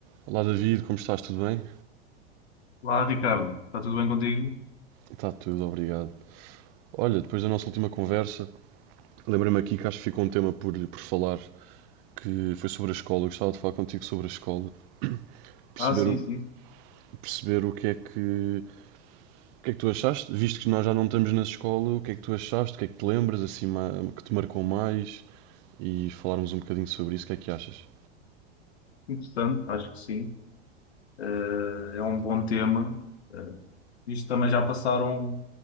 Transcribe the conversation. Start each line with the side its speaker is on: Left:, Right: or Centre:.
Right: Olá David, como estás? Tudo bem?
Left: Olá, Ricardo. Está tudo bem contigo?
Right: Está tudo, obrigado. Olha, depois da nossa última conversa, lembrei-me aqui que acho que ficou um tema por, por falar, que foi sobre a escola. Eu gostava de falar contigo sobre a escola, perceber,
Left: Ah, sim,
Right: o-
Left: sim.
Right: perceber o que é que, o que é que tu achaste, visto que nós já não estamos na escola, o que é que tu achaste, o que é que te lembras, assim, ma- que te marcou mais, e falarmos um bocadinho sobre isso, o que é que achas?
Left: Interessante, acho que sim. Eh, é um bom tema. Eh, isto também já passaram